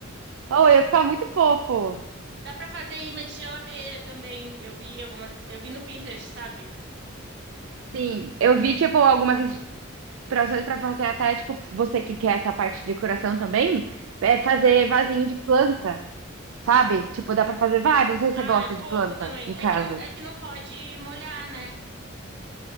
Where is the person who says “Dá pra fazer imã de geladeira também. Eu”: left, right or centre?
Right